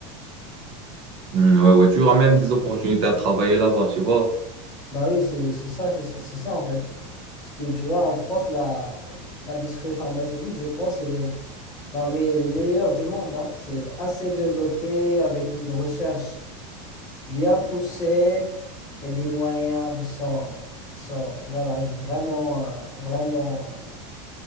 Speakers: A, on the right; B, on the left.
A: Hmm, ouais, ouais. Tu auras même des opportunités à travailler là-bas, tu vois.
B: Bah oui, c'est c'est ça, c'est c'est ça en fait. Parce que tu vois, en France, la, l'industrie pharmaceutique, je pense, elle est parmi les meilleures du monde. hein. C'est assez développé, avec une recherche bien poussée et des moyens qui sont, qui sont voilà, vraiment, euh, vraiment euh,